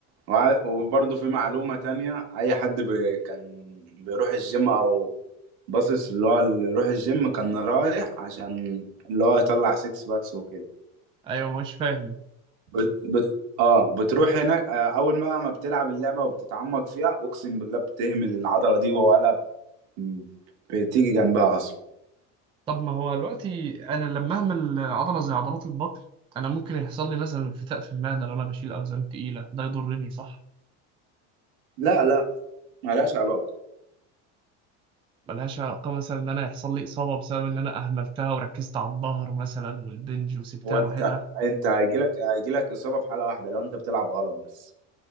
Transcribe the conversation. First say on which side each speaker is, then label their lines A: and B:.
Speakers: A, on the right (about 70°); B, on the right (about 15°).
A: وع- وبرضه في معلومة تانية أي حد بي كان بيروح الجيم أو باصص اللي هو اللي يروح الجيم كان رايح عشان اللي هو يطلع سيكس باكس وكده
B: أيوه ما هوش فاهم
A: بت... بت... اه بتروح هناك آه، اول ما ما بتلعب اللعبه وبتتعمق فيها اقسم بالله بتهمل العضله دي ولا ب- بتيجي جنبها اصلا
B: طب ما هو دلوقتي أنا لما أعمل عضلة زي عضلات البطن أنا ممكن يحصل لي مثلا انفتاق في المعدة لو أنا بشيل أوزان تقيلة ده يضرني صح؟
A: لا لا ملهاش علاقه
B: ملهاش علاقة مثلا إن أنا يحصل لي إصابة بسبب إن أنا أهملتها وركزت على الظهر مثلا والبنج وسبتها
A: هو انت
B: لوحدها
A: انت هيجيلك هيجيلك اصابه في حاله واحده لو انت بتلعب غلط بس